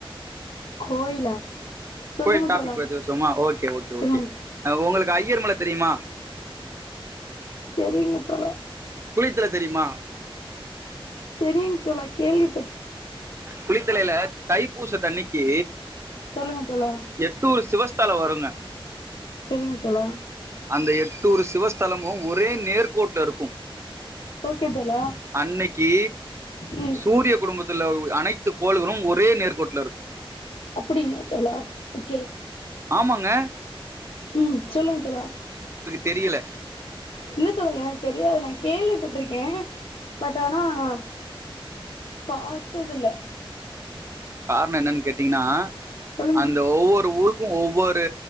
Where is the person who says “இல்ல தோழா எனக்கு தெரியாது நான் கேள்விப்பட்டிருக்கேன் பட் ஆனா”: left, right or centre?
Left